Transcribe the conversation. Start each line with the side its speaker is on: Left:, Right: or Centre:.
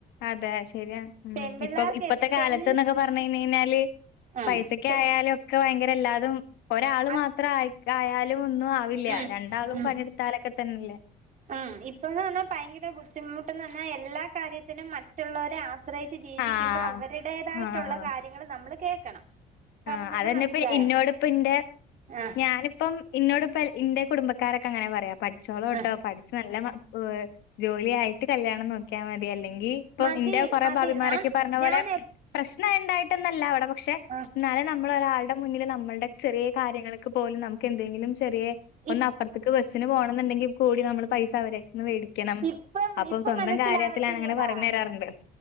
Left: അതെ ശരിയ. ഉ
Right: പെൺപിള്ളേർക്ക്
Left: ഇപ്പൊ ഇപ്പത്തെ കാലത്ത്ന്നൊക്കെ
Right: പെൺ
Left: പറഞ്ഞ് യ് ഞാല് ഴിഞ്ഞാല്
Right: ഉം,
Left: പൈസക്ക
Right: പെ-
Left: ആയാലും ഒക്കെ ഭയങ്കരല്ലാതും ഒരാള്
Right: അത്-
Left: മാത്രം ആയി ആയാലും ഒന്നും ആവില്ല
Right: ഉം,
Left: രണ്ടാളും
Right: ഉം,
Left: പണിയെടുത്താലൊക്കെ തന്നെല്ലേ
Right: ഉം ഇപ്പന്ന് പറഞ്ഞാൽ ഭയങ്കര ബുദ്ധിമുട്ട്ന്ന് പറഞ്ഞാൽ എല്ലാ കാര്യത്തിനും മറ്റുള്ളവരെ ആശ്രയി ജീവിക്കുമ്പോ
Left: ആഹ്
Right: അവരുടേതായിട്ടുള്ള
Left: ആഹ്
Right: കാര്യങ്ങള് നമ്മൾ കേൾക്കണം പറഞ്ഞത്
Left: ആഹ് അതന്നെപ്പ
Right: മനസ്സിലായോ
Left: ഇന്നോടപ്പന്റെ
Right: ആഹ്
Left: ഞാനിപ്പം ഇന്നോട്പ്പ ഇന്റെ കുടുംബക്കാരൊക്കെ അങ്ങനെ പറയാ പഠിച്ചോളട്ടോ
Right: ആഹ്
Left: പഠിച്ച് നല്ല അഹ് ജോലി ആയിട്ട് കല്യാണം നോക്കിയാ മതി അല്ലെങ്കി ഇപ്പം
Right: മതി
Left: ഇന്റെ കൊറെ
Right: മതി
Left: ഭാബിമാരൊക്കെ
Right: ഞാൻ
Left: പറഞ്ഞ
Right: ഞാൻ
Left: പോലെ
Right: എപ്
Left: പ്രശ്ന ഉണ്ടായിട്ടന്നല്ല അവിടെ പക്ഷെ
Right: ആഹ്
Left: എന്നാലെ നമ്മള ഒരാളുടെ മുന്നിൽ നമ്മളുടെ ചെറിയ കാര്യങ്ങൾക്ക് പോലും നമുക്ക് എന്തെങ്കിലും ചെറിയെ
Right: ഇ
Left: ഒന്ന് അപ്പുറത്തേക്ക് ബസ്സിന് പോണം എന്നുണ്ടെങ്കിൽ കൂടി നമ്മള് പൈസ അവരെ ന്ന് മേടിക്കണം
Right: ഇപ്പം
Left: അപ്പൊ
Right: ഇപ്പം
Left: സ്വന്തം
Right: മനസ്സിലാവത്തില്ലടാ
Left: കാര്യത്തിലാണ് അങ്ങനെ പറഞ്ഞു തരാറുണ്ട്